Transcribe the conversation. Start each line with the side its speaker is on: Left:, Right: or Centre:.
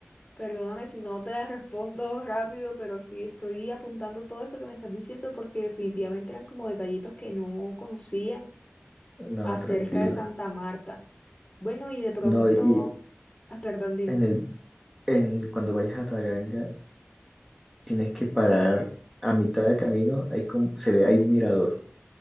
Left: Perdóname si no te respondo rápido, pero sí estoy apuntando todo esto que me estás diciendo porque definitivamente eran como detallitos que no conocía
Centre: no,
Left: acerca
Centre: tranquila.
Left: de Santa Marta. Bueno, y de pronto,
Centre: No, y
Left: ah, perdón, dime.
Centre: en el en- cuando vayas a Taganga, tienes que parar a mitad de camino. Hay como, se ve, hay un mirador.